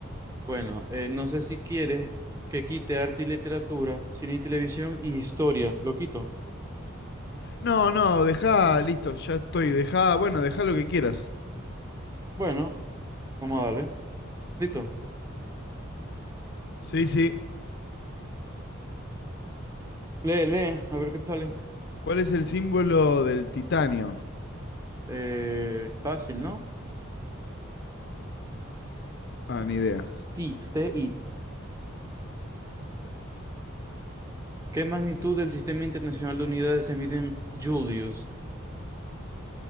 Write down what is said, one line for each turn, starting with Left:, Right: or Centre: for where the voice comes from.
Right: Bueno, eh, no sé si quieres que quite arte y literatura, cine y televisión y historia. ¿Lo quito?
Left: No, no, dejá, listo, ya estoy. Dejá, bueno, dejá lo que quieras.
Right: Bueno, vamos a darle. Listo.
Left: Sí, sí.
Right: Lee, lee, a ver qué te sale.
Left: ¿Cuál es el símbolo del titanio?
Right: Eh, fácil, ¿no?
Left: Ah, ni idea.
Right: t T-I, ¿Qué magnitud del Sistema Internacional de Unidades se mide en Julius?